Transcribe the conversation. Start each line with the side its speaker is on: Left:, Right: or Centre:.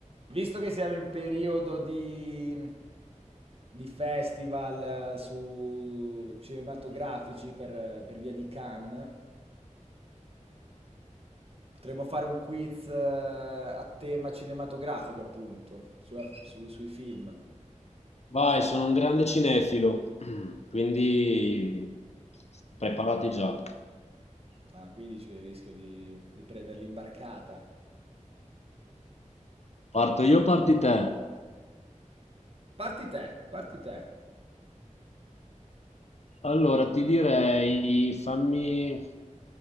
Right: Visto che siamo in periodo di, di festival eh, su cinematografici per, eh, per via di Cannes, potremmo fare un quiz eh, a tema cinematografico, appunto, sulla- su- sui film.
Left: Vai, sono un grande cinefilo, <clears throat> quindi preparati già.
Right: Ah, quindi dici che rischio di, di prendere l'imbarcata.
Left: Parto io, parti te.
Right: Parti te, parti te.
Left: Allora, ti direi, fammi...